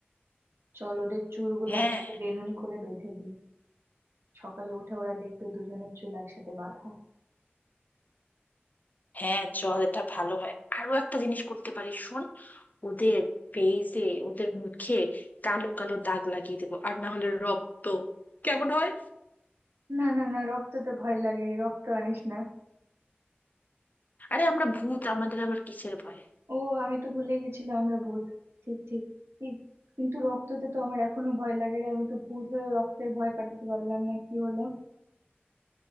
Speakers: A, on the right; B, on the left.
A: চল ওদের চুলগুলো
B: হ্যাঁ
A: একসাথে বেনুনি করে বেঁধে দিই সকালে উঠে ওরা দেখবে দুজনের চুল একসাথে বাঁধা
B: হ্যাঁ চল এটা ভালো হয় আরো একটা জিনিস করতে পারি শোন ওদের ফেসে ওদের মুখে কালো কালো দাগ লাগিয়ে দেবো আর না হলে রক্ত কেমন হয়
A: না না না রক্ততে ভয় লাগে রক্ত আনিস না
B: আরে আমরা ভূত আমাদের আবার কিসের ভয়
A: ও আমি তো ভুলে গেছিলাম আমরা ভূত ঠিক ঠিক ঠিক কিন্তু রক্ততে তো আমার এখনো ভয় লাগে রে আমি তো ভূত হয়ে রক্তের ভয় কাটাতে পারলাম না কি হলো